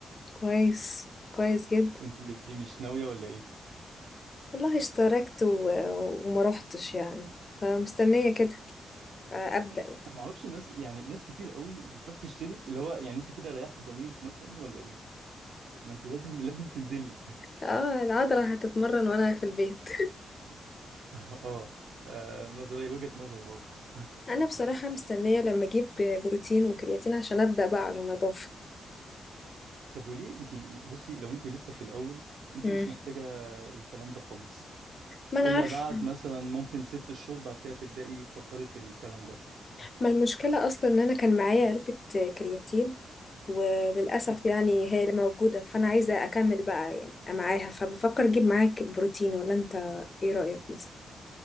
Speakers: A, on the left (about 30°); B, on the right (about 75°).
A: كويس كويس جدا
B: وانت إيه مش ناويه ولا ايه
A: والله اشتركت و... وما روحتش يعني فمستنية كده أبدأ يعني.
B: انا ما اعرفش الناس يعني ناس كتير قوي بتروح تشترك اللي هو يعني انت كده ريحت ضميرك مثلا ولا ايه ما انت لازم لازم تنزلي
A: اه العضلة هتتمرن وأنا في البيت
B: <laughs> اه آه، نظريه وجهه نظر برضه <laughs>
A: انا بصراحه مستنيه لما اجيب بروتين وكرياتين عشان ابدا بقى على نظافه
B: طب وليه انت بصي لو انت لسه في الاول انت
A: مم.
B: مش محتاجه الكلام ده خالص
A: ما انا
B: الا
A: عارفه
B: بعد مثلا ممكن ست شهور بعد كده تبداي تفكري في الكلام ده
A: ما المشكله اصلا ان انا كان معايا علبه كرياتين وللاسف
B: مم.
A: يعني هي اللي موجوده فانا عايزه اكمل بقى يعني معاها فبفكر اجيب معاك بروتين ولا انت ايه رايك مثلا